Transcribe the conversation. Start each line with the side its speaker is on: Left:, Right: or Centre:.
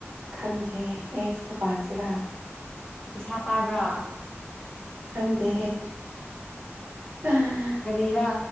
Right: ꯈꯪꯗꯦ ꯑꯦꯁꯨꯣ ꯄꯖꯔꯥ
Left: ꯄꯩꯁꯥ ꯄꯥꯏꯕ꯭ꯔꯥ
Right: ꯈꯪꯗꯦ ꯑ
Left: ꯔꯤꯍ